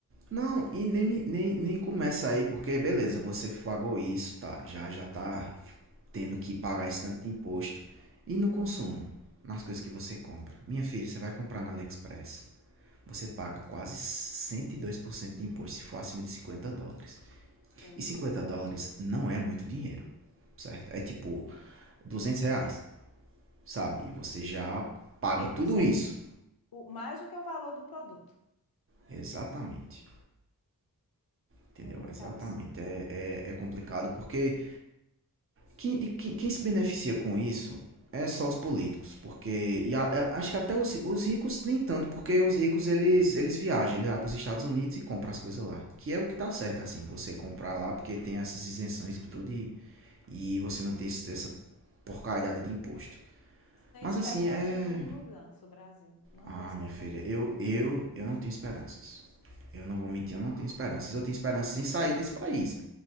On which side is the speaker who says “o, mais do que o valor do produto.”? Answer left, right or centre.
Left